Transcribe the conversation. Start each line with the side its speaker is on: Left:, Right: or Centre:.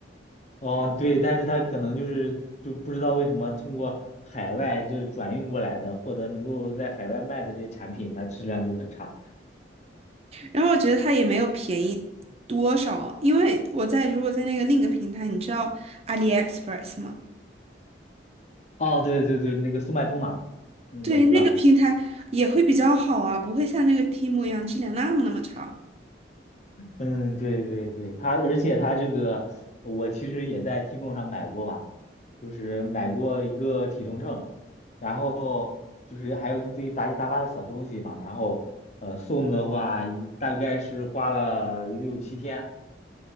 Left: 哦，对，但是他可能就是就不知道为什么通过海外这转运过来的，或者能够在海外卖的这些产品，它质量就很差。
Right: 然后我觉得它也没有便宜多少，因为我在如果在那个另一个平台，你知道 AliExpress 吗？
Left: 哦，对对对，那个速卖通嘛，嗯，
Right: 对，
Left: 我知道，
Right: 那个平台也会比较好啊，不会像那个 Temu 一样质量那么那么差。
Left: 嗯，对对对，它而且它这个我其实也在 Tmall 上买过嘛，就是买过一个体重秤，然后就是还有一堆杂七杂八的小东西嘛，然后呃送的话一大概是花了六七天。